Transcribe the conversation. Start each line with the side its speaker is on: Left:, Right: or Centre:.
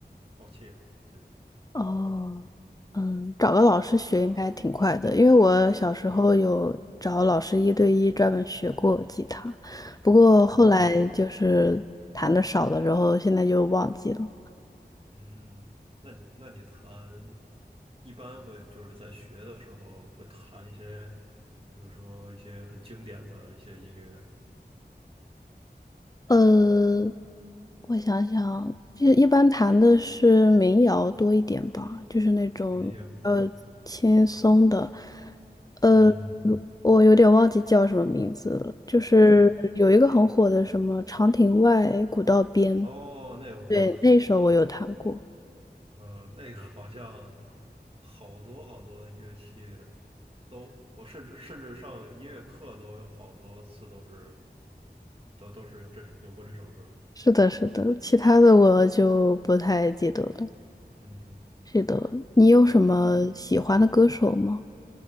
Right: 放弃了。这个，
Left: <laughs>，哦，
Right: 嗯，
Left: 嗯，找个老师学应该挺快的，
Right: 那
Left: 因为我小时候有找老师一对一专门学过吉他，
Right: 嗯
Left: 不过后来就是弹的少了，
Right: 啊，
Left: 然后现在就忘记了。
Right: 嗯，那你那你弹一般会就是在学的时候会弹一些，比如说一些很经典的一些音乐
Left: 呃，我想想，就一般弹的是民谣多一点吧，就是那种呃轻松的。
Right: 民谣，嗯
Left: 呃，
Right: 嗯，
Left: 我有点忘记叫什么名字了，就是有一个很火的什么《长亭外，
Right: 这这个
Left: 古道边》，
Right: 哦，那我知道，
Left: 对，那首我有弹过。
Right: 呃，那个好像好多好多的乐器都，我甚至甚至上音乐课都有好多次都是都都是有这有过这首歌儿嗯
Left: 是的，是的，其他的我就不太记得了。
Right: 嗯，
Left: 记得，你有什么喜欢的歌手吗？
Right: 那